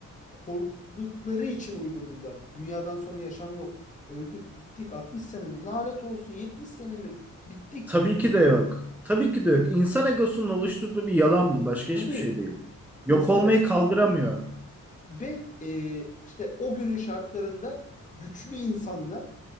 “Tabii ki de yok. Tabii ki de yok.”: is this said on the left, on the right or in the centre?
Centre